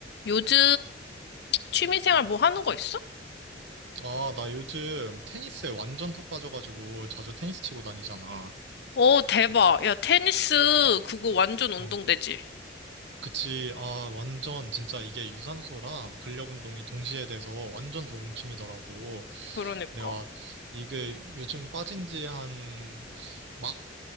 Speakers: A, on the left; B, on the right.
A: 요즘 취미생활 뭐 하는 거 있어?
B: 아, 나 요즘 테니스에 완전 푹 빠져가지고 자주 테니스 치고 다니잖아.
A: 어, 대박. 야, 테니스 그거 완전 운동되지.
B: 어. 그치. 아, 완전 진짜 이게 유산소랑 근력 운동이 동시에 돼서 완전 좋은 취미더라고.
A: 그러니까.
B: 내가 이게 요즘 빠진 지 한, 막